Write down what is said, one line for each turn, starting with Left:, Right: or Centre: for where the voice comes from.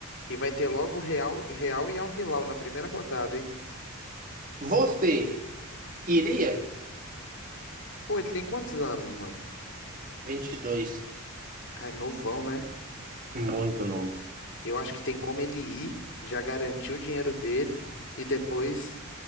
Left: E vai ter logo Real, Real e Al Hilal na primeira rodada, hein?
Right: Você iria?
Left: Pô, ele tem quantos anos, mano?
Right: vinte e dois
Left: Cara, novão, né?
Right: Muito novo.
Left: Eu acho que tem como ele ir, já garantir o dinheiro dele e depois,